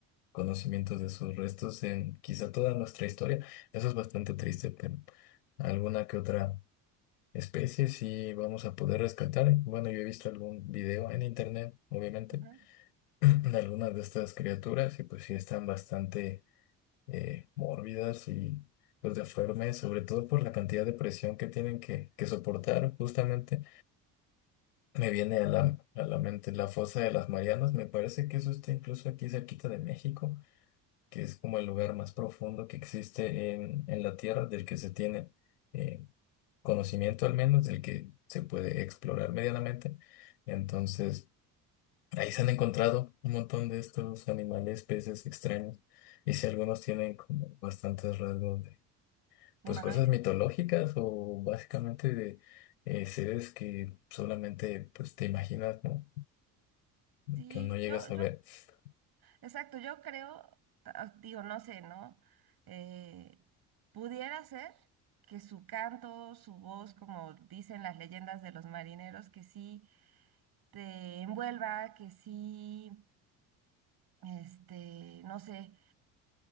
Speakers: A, on the left; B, on the right.
A: conocimientos de sus restos en quizá toda nuestra historia. Eso es bastante triste, pero alguna que otra especie sí vamos a poder rescatar. Bueno, yo he visto algún video en internet, obviamente,
B: Ajá.
A: <clears throat> de algunas de estas criaturas y pues sí están bastante eh, mórbidas y pues deformes, sobre todo por la cantidad de presión que tienen que, que soportar justamente. Me viene a la, a la mente la fosa de las Marianas, me parece que eso está incluso aquí cerquita de México, que es como el lugar más profundo que existe en, en la Tierra, del que se tiene eh, conocimiento al menos, del que se puede explorar medianamente. Entonces, ahí se han encontrado un montón de estos animales, peces extraños, y si algunos tienen como bastantes rasgos de, pues
B: ¿Humanoide?
A: cosas mitológicas o básicamente de eh, seres que solamente pues te imaginas, ¿no?
B: Sí,
A: que no llegas
B: yo, yo,
A: a ver. <laughs>
B: Exacto, yo creo, ta- ah, digo, no sé, ¿no? Eh, pudiera ser que su canto, su voz, como dicen las leyendas de los marineros, que sí te envuelva, que sí, este, no sé,